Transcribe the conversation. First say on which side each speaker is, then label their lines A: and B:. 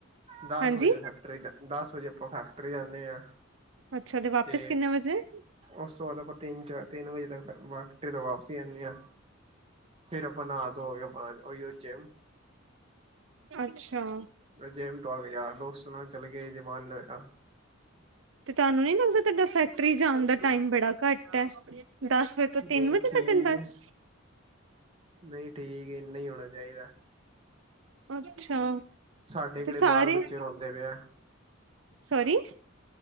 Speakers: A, on the right; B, on the right.
A: ਦਸ
B: ਹਾਂਜੀ
A: ਵਜੇ ਫੈਕਟਰੀ, ਦਸ ਵਜੇ ਆਇਆ। ਫਿਰ ਜਾਨੇ ਆ?
B: ਅੱਛਾ ਵਾਪਿਸ
A: ਤੇ
B: ਕਿੰਨੇ ਵਜੇ
A: ਉਸ ਤੋਂ ਬਾਅਦ ਆਪਾਂ ਤਿੰਨ ਚਾਰ ਤਿੰਨ ਵਜੇ ਤਕ ਫੈਕਟਰੀ ਤੋਂ ਵਾਪਸੀ ਆਣੇ ਆ ਫੇਿਰ ਆਪਾਂ ਨਾਂ ਧੋ ਕੇ ਆਪਣਾ ਉਹੀਓ ਜਿਮ
B: ਅੱਛਾ
A: ਜਿਮ ਤੋ ਆਕੇ, ਯਾਰ ਦੋਸਤ ਨਾਲ ਚਲੇ ਗਏ ਜੇ ਮੰਨ ਲਿਆ?
B: ਤੇ, ਤੁਹਾਨੂੰ ਨੀ ਲੱਗਦਾ, ਤੁਹਾਡਾ ਫੈਕਟਰੀ ਜਾਣ ਦਾ ਟਾਈਮ ਬੜਾ ਘੱਟ ਹੈ ਦਸ, ਵਜੇ ਤੋਂ
A: ਨਹੀਂ
B: ਤਿੰਨ ਵਜੇ,
A: ਠੀਕ
B: ਤਕਣ ਬਸ।
A: ਹੈ, ਨਹੀਂ ਠੀਕ ਇੰਨਾ ਹੀ ਹੋਣਾ ਚਾਹੀਦਾ।
B: ਅੱਛਾ।
A: ਸਾਡੇ ਕਿਹੜੇ
B: ਤੇ ਸਾਰੇ
A: ਬਾਲ-ਬੱਚੇ ਰੋਂਦੇ ਪਏ ਹੈ।
B: ਸੋਰੀ।